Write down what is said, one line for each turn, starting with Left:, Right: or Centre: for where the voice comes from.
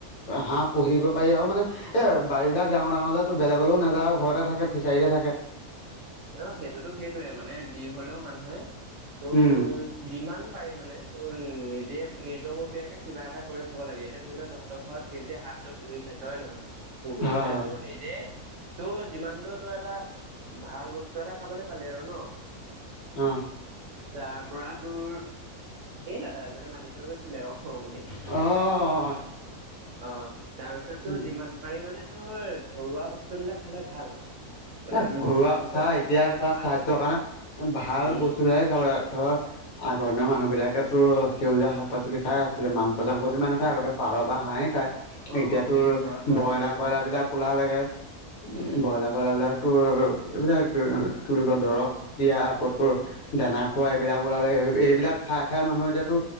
Left: হাঁহ পুহিব পাৰি আৰু মানে, এ বাৰী বিলাক ডাঙৰ ডাঙৰ যে, তোৰ বেলেগলৈও নাযায় আৰু ঘৰতে থাকে, ফিচাৰীতে থাকে।
Right: নহয় সেইটোতো সেইটয়ে মানে যি হলেও মানুহে তোৰ
Left: উম
Right: যিমান পাৰি মানে তোৰ নিজে নিজববীয়াকে কিবা এটা কৰি খাব লাগে, এতিয়া ধৰি ল তহঁতক ঘৰত নিজে হাঁহটো পুহি খাইছ হয় নে নহয়? পুহি
Left: হয়
Right: ললে
Left: হয়
Right: তোৰ নিজে তোৰ যিমান দ তোৰ এটা ভাল বস্তু বস্তু এটা খাবলে পালি আৰু ন?
Left: অ
Right: তাৰ পৰা তোৰ এ দাদা এজনে মাতি থৈ গৈছিলে অ বুলি
Left: অঁ
Right: অ তাৰপিছত তোৰ
Left: উম,
Right: যিমান পাৰি মানে ধৰ ঘৰুৱা বস্তু বিলাক খালে ভাল। মানে
Left: এ
Right: তোৰ
Left: ঘৰুৱা
Right: স্বাস্থ্যৰ
Left: চাহ
Right: পক্ষেও
Left: এতিয়া চাহ
Right: ভাল
Left: স্বাস্থ্যৰ কাৰণে ভাল
Right: উম
Left: বস্তুবিলাকে খাব লাগে ধৰ আগৰ দিনৰ মানুহবিলাকেতো সেউজীয়া শাক পাচলি খাই আছিলে মাংস চাংস সিমান নাখায়, আগতে পাৰ বা হাঁহেই খায়
Right: অ
Left: এতিয়াতো
Right: সেই ঘৰত কৰা
Left: ব্ৰইলা
Right: হেৰি
Left: কইলাৰ
Right: খাই
Left: বিলাক ওলালেগে,
Right: উম
Left: ব্ৰইলাৰ কইলাৰ বিলাক তোৰ এইবিলাক কি বুলি কয় দৰৱ দিয়া কতোৰ দানা খোৱা এইবিলাক ওলালে, এইবিলাক খাই খাই মানুহে এতিয়াতো